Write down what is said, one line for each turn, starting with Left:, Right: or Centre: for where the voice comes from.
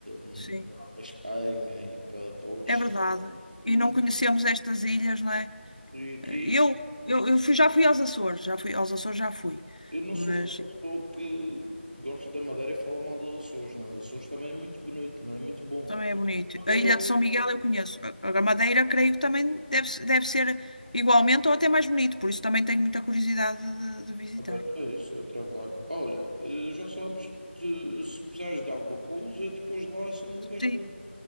Right: hum,
Left: sim,
Right: para a Espanha e para, para outros
Left: é
Right: sítios
Left: verdade.
Right: e,
Left: E não conhecemos estas ilhas, não é?
Right: e aqui
Left: Eu, eu, eu fui- já fui aos Açores, já fui aos Açores, já fui.
Right: eu não
Left: Mas
Right: sou daquela pessoa que gosta da Madeira e fala mal dos Açores, não. Os Açores também é muito bonito, também é muito bom.
Left: Também é bonito.
Right: Madeira
Left: A Ilha de São Miguel eu conheço. A a Madeira creio que também deve, se- deve ser igualmente ou até mais bonito, por isso também tenho muita curiosidade de, de visitar.
Right: Moderno, É isso, é outra vibe. Olha, eh, já sabes, te- se precisares de alguma coisa, depois lá é só me ligares
Left: Sim,
Right: para mim.